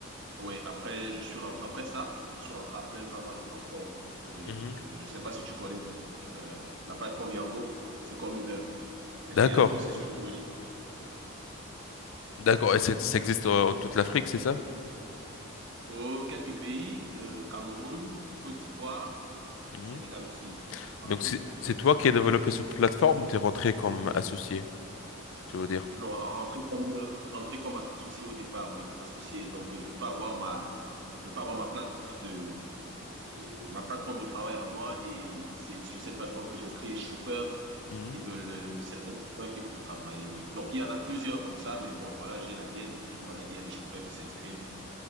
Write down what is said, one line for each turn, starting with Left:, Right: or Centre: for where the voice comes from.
Right: ouais, après, je suis rentré après ça, je suis rentré à plein temps dans le transport. Euh,
Left: mhm.
Right: euh, je sais pas si tu connais euh, la plateforme Yango, c'est comme Uber, mais
Left: D'accord,
Right: c'est Yango, c'est surtout russe. Oui.
Left: d'accord, et ça, ça existe euh, en toute l'Afrique, c'est ça?
Right: Pour quelques pays, euh, Cameroun, Côte d'Ivoire,
Left: Mhm.
Right: Sénégal aussi. Ah
Left: Donc
Right: oui.
Left: c'est
Right: Et-
Left: c'est toi qui as développé cette plateforme ou t'es rentré comme associé, tu veux dire?
Right: non, rentrer comme, euh, rentrer comme associé au départ, oui, associé. Donc, euh, je peux avoir ma, je peux avoir ma plate- de, euh, ma plateforme de travail à moi et c'est sur cette plateforme que j'inscris les chauffeurs
Left: Mhm,
Right: qui veulent, euh, certains chauffeurs qui veulent travailler, oui. Donc, il y en a plusieurs comme ça, mais bon, voilà, j'ai la mienne et puis voilà, il y a des chauffeurs qui s'inscrivent.